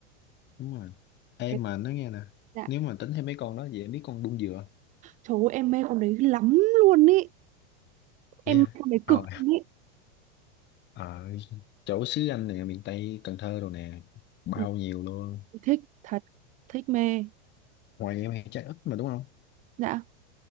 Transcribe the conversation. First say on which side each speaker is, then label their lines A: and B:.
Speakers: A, on the left; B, on the right.
A: đúng rồi. Ê
B: cái
A: mà nói nghe nè.
B: đạm
A: Nếu mà tính thêm mấy con đó, vậy em biết con đung dừa. không?
B: trời ơi em mê con đấy lắm luôn ý
A: Yeah.
B: em mê con đấy
A: Ờ,
B: cực luôn ý
A: ờ, chỗ xứ anh nè, miền Tây, Cần Thơ rồi nè. Bao
B: Ừ,
A: nhiêu luôn.
B: thích thật thích mê
A: Ngoài em hay trái ít mà đúng không?
B: dạ